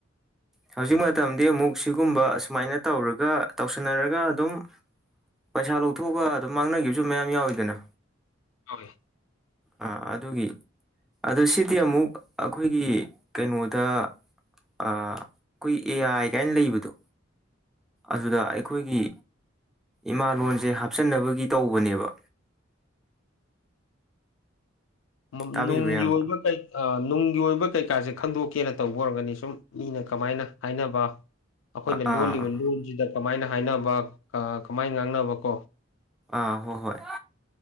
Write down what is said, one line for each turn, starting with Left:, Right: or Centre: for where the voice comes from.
Centre: ꯍꯧꯖꯤꯛ ꯃꯇꯝꯗꯤ ꯑꯃꯨꯛ ꯁꯤꯒꯨꯝꯕ ꯁꯨꯃꯥꯏꯅ ꯇꯧꯔꯒ ꯇꯧꯁꯟꯅꯔꯒ ꯑꯗꯨꯝ ꯄꯩꯁꯥ ꯂꯧꯊꯣꯛꯑꯒ ꯑꯗꯨꯝ ꯃꯥꯡꯅꯒꯤꯕꯁꯨ ꯃꯌꯥꯝ ꯌꯥꯎꯋꯤꯗꯅ
Left: ꯌꯥꯎꯋꯤ
Centre: ꯑ ꯑꯗꯨꯒꯤ ꯑꯗꯣ ꯁꯤꯗꯤ ꯑꯃꯨꯛ ꯑꯈꯣꯏꯒꯤ ꯀꯩꯅꯣꯗ ꯑꯥ ꯑꯩꯈꯣꯏ ꯑꯦ ꯑꯥꯏ ꯀꯥꯏꯟ ꯂꯩꯕꯗꯣ ꯑꯗꯨꯗ ꯑꯩꯈꯣꯏꯒꯤ ꯏꯃꯥꯂꯣꯟꯁꯦ ꯍꯥꯞꯆꯟꯅꯕꯒꯤ ꯇꯧꯕꯅꯦꯕ
Left: ꯃꯝ
Centre: ꯇꯥꯕꯤꯕ꯭ꯔꯥ
Left: ꯅꯨꯡꯒꯤ
Centre: ꯏꯌꯥꯝꯕ
Left: ꯑꯣꯏꯕ ꯀꯩ ꯑꯥ ꯅꯨꯡꯒꯤ ꯑꯣꯏꯕ ꯀꯩꯀꯥꯁꯦ ꯈꯟꯗꯣꯛꯀꯦꯅ ꯇꯧꯕ ꯑꯣꯏꯔꯝꯒꯅꯤ ꯁꯨꯝ ꯃꯤꯅ ꯀꯃꯥꯏꯅ ꯍꯥꯏꯅꯕ ꯑꯈꯣꯏꯅ
Centre: ꯑꯥ
Left: ꯂꯣꯜꯂꯤꯕ ꯂꯣꯟꯁꯤꯅ ꯀꯃꯥꯏꯅ ꯍꯥꯏꯅꯕ ꯀꯥ ꯀꯃꯥꯏꯅ ꯉꯥꯡꯅꯕ ꯀꯣ
Centre: ꯑꯥ ꯍꯣ ꯍꯣꯏ